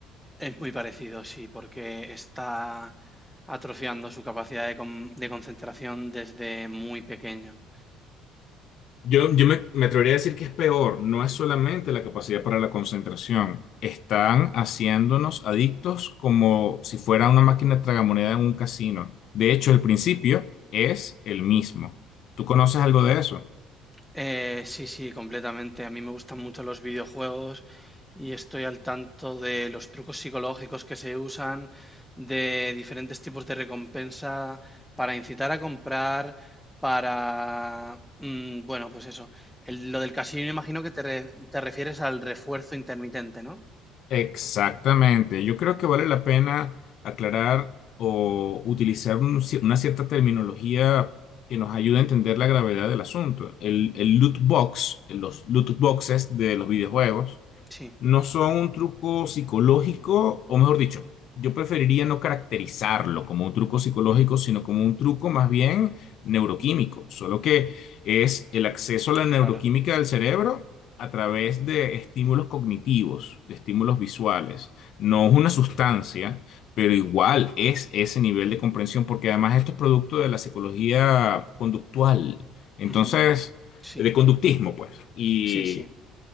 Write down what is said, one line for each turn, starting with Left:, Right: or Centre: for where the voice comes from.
Centre: Es muy parecido, sí, porque está atrofiando su capacidad de, con- de concentración desde muy pequeño.
Left: Yo, yo me, me atrevería a decir que es peor, no es solamente la capacidad para la concentración, están haciéndonos adictos como si fuera una máquina tragamoneda en un casino. De hecho, el principio es el mismo. ¿Tú conoces algo de eso?
Centre: Eh, sí, sí, completamente. A mí me gustan mucho los videojuegos y estoy al tanto de los trucos psicológicos que se usan, de diferentes tipos de recompensa para incitar a comprar, para... mm, bueno, pues eso. El- lo del casino, imagino que te, re- te refieres al refuerzo intermitente, ¿no?
Left: Exactamente, yo creo que vale la pena aclarar o utilizar un cier- una cierta terminología que nos ayude a entender la gravedad del asunto. El, el loot box, los loot boxes de los videojuegos.
Centre: Sí,
Left: no son un truco psicológico, o mejor dicho, yo preferiría no caracterizarlo como un truco psicológico, sino como un truco más bien neuroquímico, solo que es el acceso a la neuroquímica
Centre: claro.
Left: del cerebro a través de estímulos cognitivos, de estímulos visuales. No es una sustancia, pero igual es ese nivel de comprensión, porque además esto es producto de la psicología conductual. Entonces,
Centre: Ujú, sí.
Left: de conductismo, pues. Y
Centre: Sí, sí,